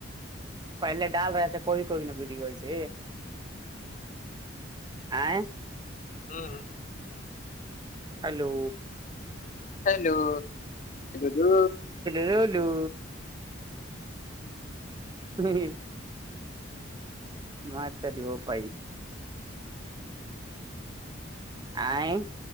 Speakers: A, on the right; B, on the left.
A: پہلے ڈال رہے تھے کوئی کوئی نہ بری ویسے آ
B: ہاں ہاں
A: ہلو
B: ہیلو دو
A: ہیولو نہیں متاری وہوپائی آئیں